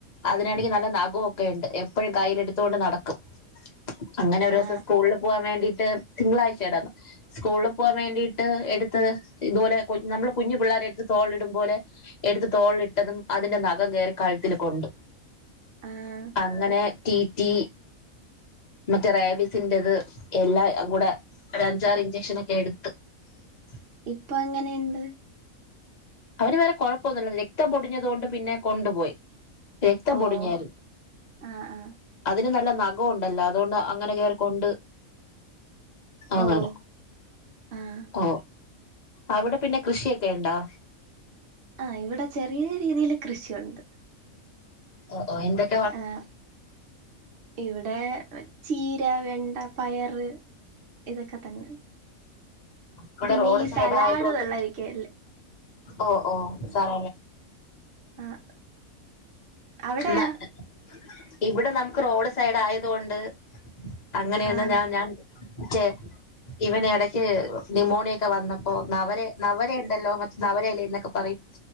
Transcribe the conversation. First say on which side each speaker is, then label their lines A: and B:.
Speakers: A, on the left (about 35°); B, on the right (about 50°).
A: അതിനാണെങ്കി നല്ല നഖോക്കെ ഉണ്ട് എപ്പോഴും കയ്യിലെടുത്തോണ്ട് നടക്കും. അങ്ങനെ ഒരു ദിവസം
B: ആഹ്
A: സ്കൂളിൽ പോകാൻ വേണ്ടിട്ട് തിങ്കളാഴ്ച <unintelligible> സ്കൂളിൽ പോവാൻ വേണ്ടിയിട്ട് എടുത്ത് ഇതുപോലെ കുൻ നമ്മൾ കുഞ്ഞു പിള്ളേരെ എടുത്ത് തോളിടും പോലെ എടുത്ത് തോളിലിട്ടതും അതിന്റെ നഖം കേറി കഴുത്തിൽ കൊണ്ട്.
B: ആഹ്
A: അങ്ങനെ റ്റിറ്റീ മറ്റേ റാബിസിന്റത് എല്ലാം കൂടെ ഒരു അഞ്ചാറ് ഇഞ്ചക്ഷനോക്കെ എടുത്ത് !!!!!!!!!!!!!!!!!!!!!!!!!!!!!!!
B: ഇപ്പൊ എങ്ങനെയുണ്ട്?
A: അവന് വേറെ കുഴപ്പൊന്നുമില്ല രക്തം പൊടിഞ്ഞത് കൊണ്ട് പിന്നെ കൊണ്ടുപോയി. രക്തം പൊടിഞ്ഞാരുന്നു.
B: ഓഹ് ആഹ് ആഹ്
A: അതിന് നല്ല നഖംണ്ടല്ലോ അതോണ്ട് അങ്ങനെ കേറിക്കൊണ്ട് അങ്ങനെ
B: ഓഹ് ആഹ്
A: ഓ അവിടെ പിന്ന കൃഷിയൊക്കെ ഉണ്ടാ?
B: ആ ഇവിടെ ചെറിയ രീതിയിൽ കൃഷിയുണ്ട്.
A: ഓ ഓ എന്തെക്
B: ആഹ ഇവിടെ ചീര, വെണ്ട, പയറ് ഇതൊക്കെ തന്നെ
A: ഇവിടെ
B: പിന്നെ
A: റോഡ്
B: ഈ
A: സൈഡ്
B: സലാഡ്
A: ആയതുകൊണ്ട്
B: വെള്ളരിക്കയില്ലേ?
A: ഓ ഓ സാറ
B: ആഹ് അവിടെയാ
A: <unintelligible> ഇവിടെ നമുക്ക് റോഡ് സൈഡ് ആയത് കൊണ്ട് അങ്ങനെയൊന്ന്
B: ആഹ്
A: ഞാ ഞാൻ ചെ ഇവന് ഇടയ്ക്ക് നിമോണിയൊക്കെ വന്നപ്പോ നവരെ നവരെ ഉണ്ടല്ലോ നവരെല എന്നൊക്കെ പറയും.